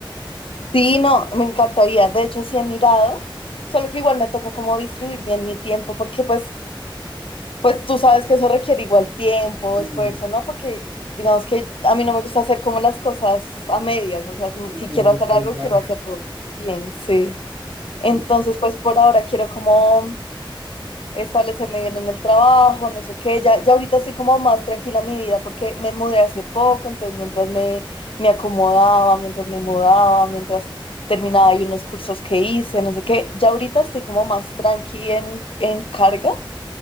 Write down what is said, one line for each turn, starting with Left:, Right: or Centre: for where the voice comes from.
Left: Sí, no, me encantaría. De hecho, sí he mirado, solo que igual me toca como distribuir bien mi tiempo, porque pues, pues tú sabes que eso requiere igual tiempo,
Right: Sí,
Left: esfuerzo, ¿no? Porque digamos que a mí no me gusta hacer como las cosas a medias, o sea, si,
Right: no,
Left: si
Right: no,
Left: quiero
Right: yo
Left: hacer
Right: estoy
Left: algo,
Right: igual.
Left: quiero hacerlo bien, sí. Entonces,
Right: Tío,
Left: pues por ahora quiero como establecerme bien en el trabajo, no sé qué. Ya, ya ahorita estoy como más tranquila en mi vida porque me mudé hace poco, entonces mientras me, me acomodaba, mientras me mudaba, mientras terminaba y unos cursos que hice, no sé qué, ya ahorita estoy como más tranqui en, en carga.